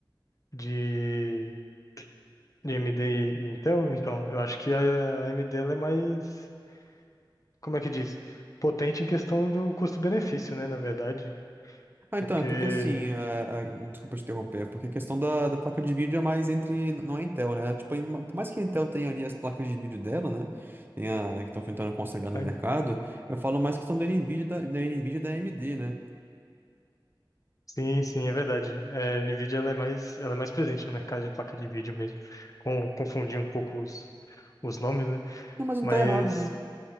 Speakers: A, on the left; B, on the right.
A: de, de AMD e Intel, então, eu acho que a a AMD ela é mais, como é que diz? Potente em questão do custo-benefício, né? Na verdade,
B: Ah,
A: porque
B: então, é porque assim, a- a- desculpa te interromper, é porque a questão da, da placa de vídeo é mais entre, não é Intel, né? Tipo, em- por mais que a Intel tenha ali as placas de vídeo dela, né? Tem a, que estão tentando consagrar no
A: a-
B: mercado, eu falo mais questão da NVIDIA, e da, da NVIDIA e da AMD, né?
A: sim, sim, é verdade. É, a Nvidia ela é mais, ela é mais presente no mercado de placa de vídeo mesmo, com, confundir um pouco os, os nomes, né?
B: Não, mas não
A: Mas
B: tá errado, né?